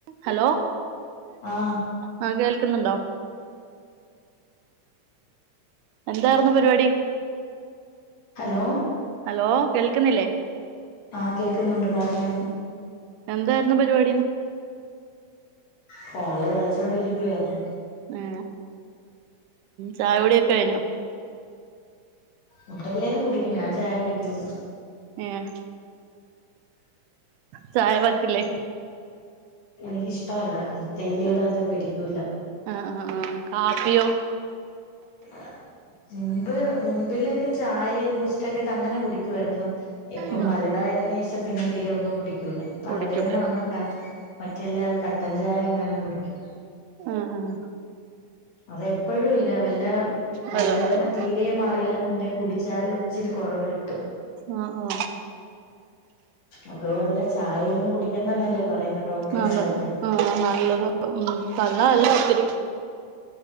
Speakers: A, on the right; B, on the left.
A: Hello
B: ആഹ്
A: ആ കേൾക്കുന്നുണ്ടോ എന്താർന്നു പരിപാടി
B: ഹലോ
A: ഹലോ കേൾക്കുന്നില്ലേ
B: ആഹ കേൾക്കുന്നുണ്ട് പറഞ്ഞോ
A: ഉ എന്തായിരുന്നു പരിപാടി
B: ഫോണില് കളിച്ചോണ്ടിരിക്കുവായിരുന്നു
A: മ് ചായുഡിയൊക്കെ കഴിഞോ
B: ഇവിടെ എല്ലാരും കുടിക്കും ഞാൻ ചായ കുടിക്കില്ല
A: ഏഹ് ചായ പറ്റു ല്ലേ
B: എനിക്കിഷ്ടമല്ല തേയിലടാത്തത്
A: ആ
B: പിടിക്കൂല
A: ആ ആ ആ കാപ്പിയോ
B: ആഹ് മുമ്പില് മുമ്പിലൊക്കെ ചായ ബൂസ്റ്റൊക്കെട്ടങ്ങനെ കുടിക്കുവായിരുന്നു ഇപ്പൊ
A: ഉം
B: വലുതായതിനന് ശേഷം പിന്നെ തീരെ ഒന്നും കുടിക്കൂല തലവേദന
A: കുടിക്കൂല
B: വന്ന മറ്റല്ലാരും കട്ടൻചായ എങ്ങാനും കുടിക്കും
A: ഉം ഉം
B: അതെപ്പോഴും ഇല്ല വല്ല തലവേദന
A: വല്ലപ്പോഴും
B: തീരെ മാറിയില്ലെന്നുണ്ടെങ്കി കുടിച്ചാല് ഇച്ചിരി കൊറവ് കിട്ടും
A: ആ ആ
B: അതുല്ല ചായയൊന്നും കുടിക്കണ്ടന്നല്ലേ പറയുന്ന ഡോക്ടർമാരൊക്കെ
A: ആ ആ നല്ലത് ഹ്മ്മ് കള്ളല്ല ഒത്തിരി